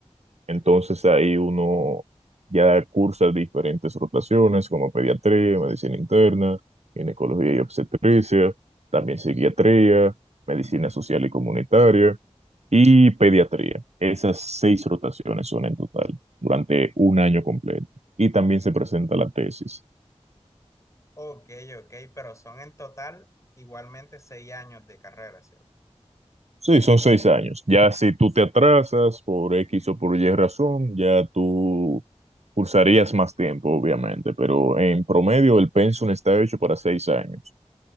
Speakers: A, on the right; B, on the left.
A: Entonces ahí uno ya cursa diferentes rotaciones como pediatría, medicina interna, ginecología y obstetricia, también psiquiatría, medicina social y comunitaria y pediatría. Esas seis rotaciones son en total durante un año completo. Y también se presenta la tesis.
B: Ok, ok, pero son en total igualmente seis años de carrera, ¿cierto?
A: Sí, son seis años. Ya si tú te atrasas por X o por Y razón, ya tú cursarías más tiempo, obviamente, pero en promedio el pensum está hecho para seis años.